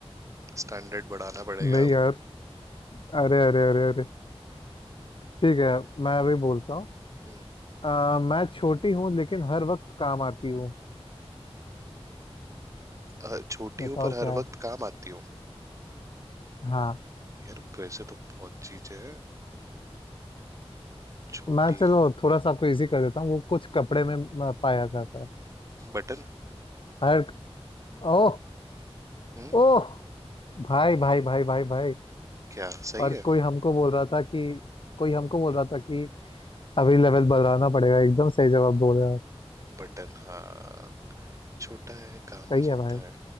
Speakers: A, on the right; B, on the left.
A: स्टैंडर्ड बढ़ाना पड़ेगा
B: नहीं
A: अब
B: यार अरे अरे अरे अरे ठीक है मैं अभी बोलता हूँ
A: <coughs>
B: अ, मैं छोटी हूँ लेकिन हर वक्त काम आती हूँ
A: अ, छोटी
B: बताओ
A: हूँ पर हर
B: क्या
A: वक्त काम आती हूँ
B: हाँ
A: यार वैसे तो बहुत चीजें हैं छोटी
B: मैं चलो थोड़ा सा आपको इजी कर देता हूँ वो कुछ कपड़े में म, पाया जाता है
A: बटन
B: हर ओ
A: हम्म
B: ओ भाई भाई भाई भाई भाई
A: क्या सही
B: और
A: है
B: कोई हमको बोल रहा था कि कोई हमको बोल रहा था कि अभी लेवल बढ़ाना पड़ेगा एकदम सही जवाब बोल रहे हो आप
A: बटन हाँ छोटा है काम
B: सही
A: आ
B: है
A: जाता
B: भाई
A: है